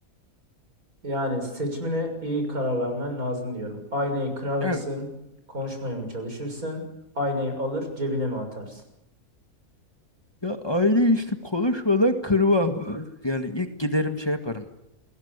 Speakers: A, on the right (about 70°); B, on the left (about 15°).
A: Yani seçimine iyi karar vermen lazım diyorum. Aynayı kırar mısın?
B: Ya,
A: Konuşmaya mı çalışırsın? Aynayı alır cebine mi atarsın?
B: ya aile işte konuşmadan kırmam. Yani ilk giderim şey yaparım.